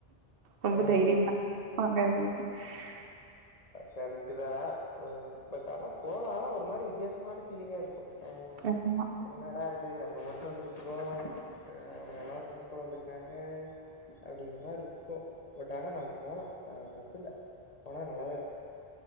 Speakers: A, on the right; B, on the left.
A: ரொம்ப
B: ம்
A: தைரியமான <unintelligible>
B: கரெக்ட்டுதா பட் ஆனா போலா ஒருமாரி வித்தியாசமான ஃபீலிங்கா இருக்கு ஆ
A: ஆமா
B: என்னடா இது நம்ம மட்டு வந்திருக்றோ ஆ எல்லாதுகு குழந்திருக்காங்க அப்பிடினு மாரி இருக்கு பட் ஆனா நம் போலா த தப்பில்ல போனா நல்லாதா இருக்கு